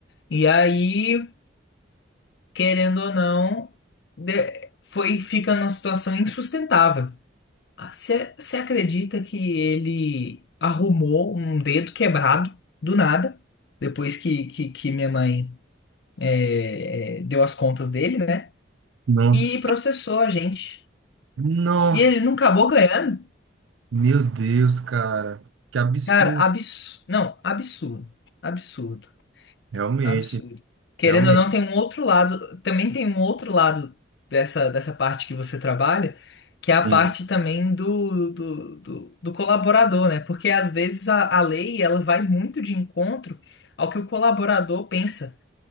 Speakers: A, on the left; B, on the right.
A: E aí querendo ou não, de- foi fica numa situação insustentável. Ah, Você acredita que ele arrumou um dedo quebrado do nada, depois que, que, que minha mãe é, é, deu as contas dele, né?
B: nossa,
A: E processou a gente.
B: nossa.
A: E ele não acabou ganhando?
B: Meu Deus, cara, que absurdo.
A: Cara, absurdo. Não, absurdo. Absurdo.
B: Realmente,
A: Absurdo. Querendo
B: realmente.
A: ou não, tem um outro lado, também tem um outro lado dessa, dessa parte que você trabalha, que é a
B: Sim,
A: parte também do, do, do, do colaborador, né? Porque às vezes a, a lei ela vai muito de encontro ao que o colaborador pensa,